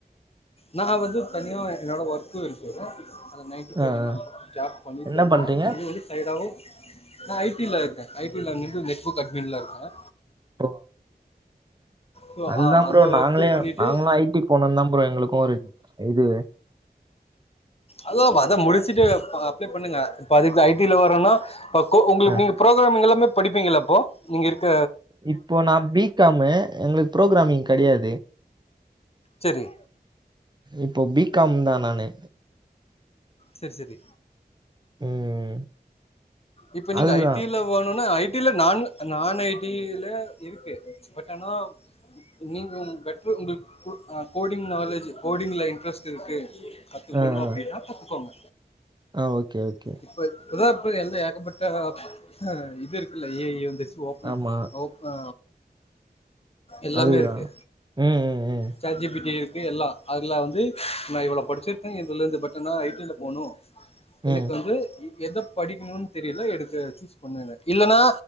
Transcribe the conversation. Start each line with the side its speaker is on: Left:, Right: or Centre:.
Left: நா வந்து தனியா என்னோட ஒர்க்கு இருக்கு அத நைன் டூ ஃபைவ்
Right: ஆ, ஆ.
Left: ஜாப் பண்ணிட்டு
Right: என்ன
Left: தா
Right: பண்றீங்க?
Left: இருக்கே இது வந்து சைடாவு நா ஐடில இருக்கே ஐடில வந்துட்டு நெட்பூக் அட்மின்ல இருக்கே
Right: ஒ
Left: ஸோ
Right: அதுதா ப்ரோ
Left: அந்த
Right: நாங்களே
Left: ஒர்க்கு பண்ணிட்டு
Right: நாங்களு ஐ டி போனுன் தா ப்ரோ எங்குளுக்கு ஒரு இது
Left: அதா பா அதா முடிச்சுட்டு ஆ அப்ளை பண்ணுங்க பாதி ஐடில வருன்னா அ கோ உங்ளுக்கு
Right: அ.
Left: நீங்க ப்ரோக்ராமிங் எல்லாமே படிப்பீங்களா ப்ரோ இங்கிருக்க
Right: இப்போ நா பிகமு எங்குளுக்கு ப்ரோக்ராமிங் கெடையாது
Left: சரி
Right: இப்போ பிகாம் தா நானு
Left: சரி சரி
Right: ம்
Left: இப்ப நீங்க
Right: அதுதான்.
Left: ஐடில் க்ல வேணுனு ஐடில நான் நான் ஐடில இருக்கு பட் ஆனா நீங்க பெட்ரு உங்களுக்கு கு அ கோடிங் நாலேஜ் கோடிங்ல இன்ட்ரெஸ்ட் இருக்கு கத்துக்கணு
Right: ஆ,
Left: அப்டின்னா
Right: ஆ.
Left: கத்துக்கோங்க
Right: ஆ ஓகே, ஓகே.
Left: இப்ப அதா இப்ப எந்த ஏகப்பட்ட ஆ இது இருக்குல்ல ஏ ஐ வந்துர்ச்சு ஓப்னு
Right: ஆமா.
Left: ஓப் அ எல்லாமே
Right: அதுதான்.
Left: இருக்கு
Right: ம், ம், ம்.
Left: சாட் ஜி பி டி இருக்கு எல்லா அதுல வந்து நா இவ்ளோ படிச்சிருக்க இதுலருந்து பட் ஆனா ஐ டி ல போணு எனக்கு
Right: ம்.
Left: வந்து எத படிக்ணுன் தெரில எடுத்து பண்ணுங்க இல்லனா